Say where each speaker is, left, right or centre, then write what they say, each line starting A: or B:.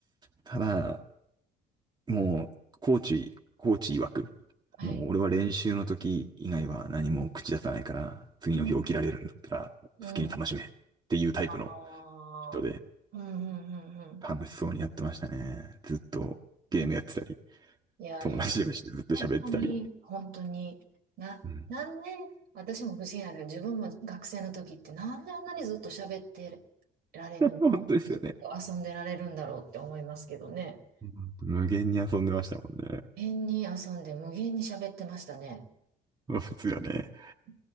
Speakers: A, on the right; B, on the right.
A: ただ、もう、コーチ、コーチ曰く、
B: はい。
A: もう俺は練習の時以外は何も口出さないから、次の日起きられるんだったら、
B: うん。
A: 好きに楽しめっていうタイプの
B: うん。ああ。
A: 人で、
B: うん。うん。
A: 楽しそうにやってましたね。ずっとゲームやってたり、
B: うん。うん。いや、
A: 友達同士でずっと喋ってたり。
B: いいですね。本当に、本当に、な、
A: うん
B: なんで、私も不思議なんだけど、自分も学生の時ってなんであんなにずっと喋ってられるんだ、
A: <laughs>。本当ですよね。
B: ずっと遊んでられるんだろうって思いますけどね。
A: うん無限に遊んでましたもんね。
B: 変に遊んで無限に喋ってましたね。
A: 普通はね。
B: う